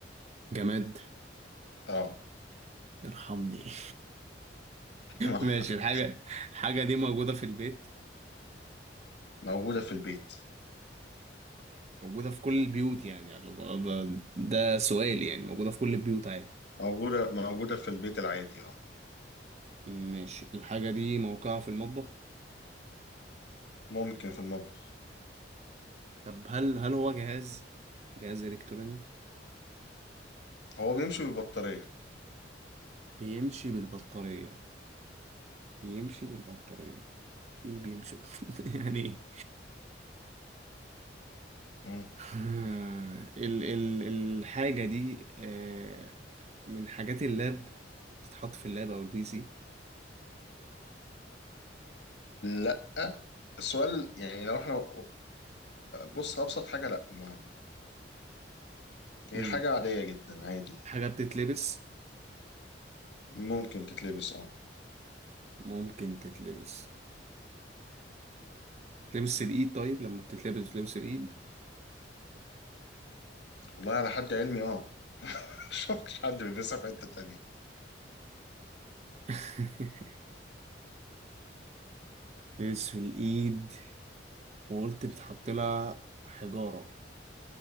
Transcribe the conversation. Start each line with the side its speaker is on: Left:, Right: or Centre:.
Right: جماد
Left: اه
Right: ارحمني <laughs>
Left: <laughs>
Right: ماشي الحاجة الحاجة دي موجودة في البيت
Left: موجوده في البيت
Right: موجودة في كل البيوت يعني يعني ده ده سؤال يعني موجودة في كل البيوت عادي
Left: موجوده موجوده في البيت العادي اه
Right: ماشي الحاجة دي موقعها في المطبخ
Left: ممكن في المطبخ
Right: طب هل هل هو جهاز جهاز إلكتروني
Left: هو بيمشي بالبطاريه
Right: بيمشي بالبطارية بيمشي بالبطارية ايه بيمشي <laughs> يعني ايه
Left: مم.
Right: آه، ال ال الحاجة دي آه، من حاجات اللاب بتتحط في اللاب او البي سي
Left: لا السؤال يعني لو احنا بص ابسط حاجه لا ما هي
Right: مم.
Left: حاجه عاديه جدا عادي
Right: حاجة بتتلبس
Left: يعني. ممكن تتلبس اه
Right: ممكن تتلبس تلبس الايد طيب لما بتتلبس بتلبس الايد
Left: والله على حد علمي اه <laughs> شفتش حد بيلبسها في حته تانية
Right: <laughs> تلبس في الايد وقلت بتحط لها حجارة